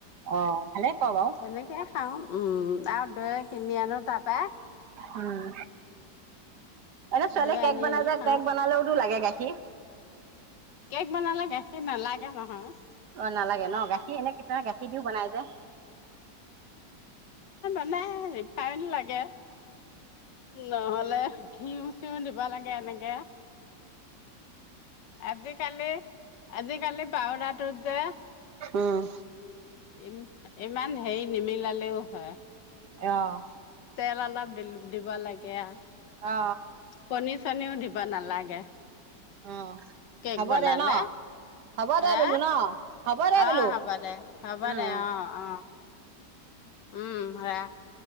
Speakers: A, on the right; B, on the left.
A: অ ভালে ক বাৰু
B: তেনেকে খাওঁ, উম। আও দৈ কিনি আনো তাত <unintelligible>
A: উম। এনে ছোৱালীয়ে
B: দৈ
A: কেক
B: আনি
A: বনাই
B: আনি
A: যে,
B: খাওঁ
A: কেক বনালেওতো লাগে গাখী কি?
B: কেক বনালে গাখীৰ নালাগে নহয়।
A: নালাগে ন গাখীৰ? গাখীৰ এনে <unintelligible> গাখীৰ দিও বনাই যে।
B: নাই। ৰিফাইন লাগে নহ'লে ঘিউ-চিউ দিব লাগে এনেকে। আজিকালি, আজিকালি পাউদাৰটোত যে,
A: উম
B: ইম ইমান হেৰি নিমিলালেও হয়।
A: অহ।
B: তেল অলপ দিল দিব লাগে আও।
A: অ
B: কণী-চনীও দিব নালাগে,
A: অ
B: কেক
A: হ'ব
B: বনালে।
A: দে ন হ'ব দে
B: হা,
A: বোলো ন হ'ব দে
B: অ
A: বোলো
B: হ'ব দে, হ'ব
A: উম
B: দে, অ, অ। উম ৰাখ।